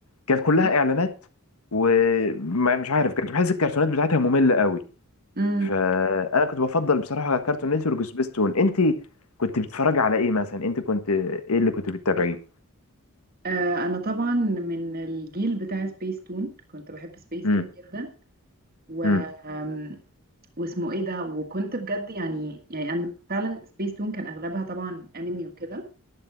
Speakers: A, on the left; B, on the right.
A: كانت كلها
B: مم.
A: اعلانات ومش عارف كنت بحس الكرتونات بتاعتها ممله قوي
B: مم.
A: فانا كنت بفضل بصراحه على كارتون نتورك وسبيستون انت كنت بتتفرجي على ايه مثلا انت كنت ايه اللي كنت بتتابعيه
B: آه أنا طبعا من الجيل بتاع سبيس تون كنت بحب سبيس
A: امم
B: تون جدا و
A: امم
B: آم، واسمه ايه ده وكنت بجد يعني يعني أنا فعلا سبيس تون كان اغلبها طبعا انمي وكده